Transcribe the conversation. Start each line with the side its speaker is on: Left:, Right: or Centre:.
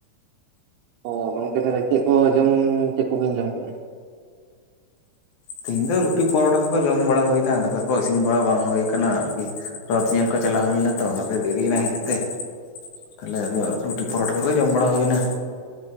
Right: ᱚ ᱜᱚᱝᱠᱮ ᱛᱟᱦᱚᱞᱮ ᱪᱮᱫ ᱠᱚ ᱡᱚᱢ ᱪᱮᱫ ᱠᱚ ᱵᱤᱱ ᱡᱚᱢ ᱠᱟᱜᱼᱟ
Left: ᱛᱮᱦᱤᱧ ᱫᱚ ᱨᱩᱴᱤ ᱯᱚᱨᱚᱴᱟ ᱠᱚᱠᱚ ᱡᱚᱢ ᱵᱟᱲᱟ ᱦᱩᱭᱱᱟ ᱫᱟᱠᱟ ᱠᱚ ᱤᱥᱤᱱ ᱵᱟᱲᱟ ᱵᱟᱝ ᱦᱩᱭ ᱟᱠᱟᱱᱟ ᱟᱨᱠᱤ ᱨᱚᱛ ᱧᱮᱞ ᱠᱚ ᱪᱟᱞᱟᱣ ᱦᱩᱭ ᱞᱮᱱᱟ ᱛᱚ ᱚᱱᱟᱛᱮ ᱫᱮᱨᱤᱭᱮᱱᱟ ᱦᱤᱡᱩᱜ ᱛᱮ ᱛᱟᱦᱞᱮ ᱟᱫᱚ ᱨᱩᱴᱤ ᱯᱚᱨᱚᱴᱟ ᱠᱚᱜᱮ ᱡᱚᱢ ᱵᱟᱲᱟ ᱦᱩᱭ ᱮᱱᱟ